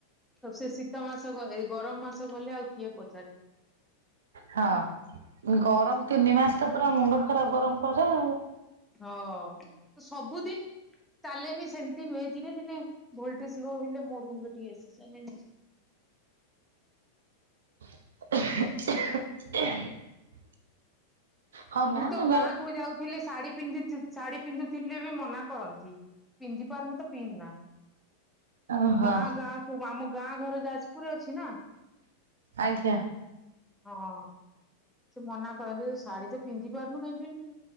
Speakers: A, in the centre; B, on the right.
A: ଆଉ ସେ ଶୀତ ମାସ। ଏତକ ଏଇ ଗରମ ମାସ ଗଲେ ଆଉ କିଏ ପ
B: ହଁ, ଗରମ ତିନି ମାସ ତ, ପୁରା ମୁଣ୍ଡ ଖରାପ ଗରମ। କଯାଉ
A: ହଁ, ସବୁଦିନ ଚାଲେନି ସେମିତି ନୁହେଁ, ଦିନେ ଦିନେ ଭୋଲଟେଜ୍ ଲୋ ହେଲେ, ମୋ ରୁମ୍ ରେ ଟିକେ ଏ ସି ଚାଲେନି।
B: <inaudible> ହଁ
A: ମୁଁ,
B: ମ୍ୟାମ୍
A: ତ
B: ଏବେ
A: ଗାଁ କୁ ଯାଉଥିଲି ଶାଢୀ ପିନ୍ଧ ଥି ଶାଢୀ ପିନ୍ଧୁଥିଲେ ବି ମନା କରନ୍ତି। ପିନ୍ଧି ପାରୁନୁ ତ, ପିନ୍ଧ ନା।
B: ଓହୋ
A: ଗାଁ ଗାଁ କୁ, ମାମୁଁ ଗାଁ ଘର ଯାଜପୁରରେ ଅଛି ନା!
B: ଆଜ୍ଞା।
A: ହଁ, ସେ ମନା କରନ୍ତି, ଶାଢୀ ତ ପିନ୍ଧି ପାରୁନୁ କାହିଁ ପିନ୍ଧଛୁ।